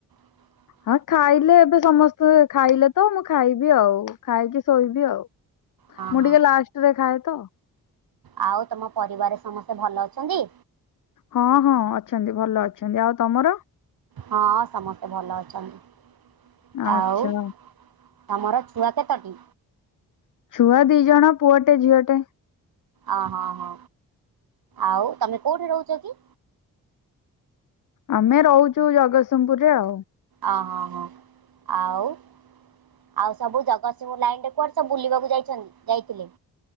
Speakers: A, on the right; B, on the left.
A: ହୁଁ
B: ହଁ ଖାଇଲେ ଏବେ ସମସ୍ତେ ଖାଇଲେ ତ ମୁଁ ଖାଇବି ଆଉ, ଖାଇକି ଶୋଇବି ଆଉ।
A: ହଁ
B: ମୁଁ
A: ହଁ
B: ଟିକେ ଲାଷ୍ଟରେ ଖାଏ ତ।
A: ଆଉ ତମ ପରିବାର ସମସ୍ତେ ଭଲ ଅଛନ୍ତି?
B: ହଁ-ହଁ ଅଛନ୍ତି ଭଲ ଅଛନ୍ତି, ଆଉ ତମର?
A: ହଁ ସମସ୍ତେ ଭଲ ଅଛନ୍ତି
B: ଆଚ୍ଛା
A: ଆଉ ତମର ଛୁଆ କେତୋଟି?
B: ଛୁଆ ଦି ଜଣ ପୁଅଟେ ଝିଅଟେ।
A: ଅ-ହଁ-ହଁ ଆଉ ତମେ କୋଉଠି ରହୁଛ କି?
B: ଆମେ ରହୁଛୁ ଜଗତସିଂହପୁରରେ ଆଉ।
A: ଅଁ-ହଁ-ହଁ ଆଉ? ଆଉ ସବୁ ଜଗତସିଂହପୁର ଲାଇନରେ କୁଆଡେ ସବୁ ବୁଲିବାକୁ ଯାଇଛନ୍ତି ଯାଇଥିଲେ?